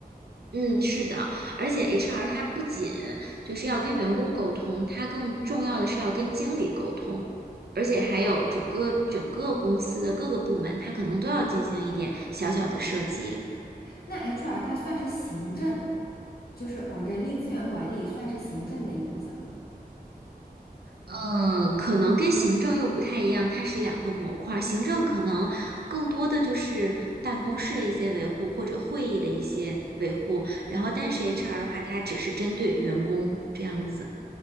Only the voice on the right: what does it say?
嗯，是的，而且 HR 它不仅就是要跟员工沟通，它更重要的是要跟经理沟通，而且还有整个整个公司的各个部门，它可能都要进行一点小小的涉及。
呃，可能跟行政又不太一样，它是两个模块儿。行政可能更多的就是办公室的一些维护或者会议的一些维护，然后但是
HR 的话，它只是针对员工这样子。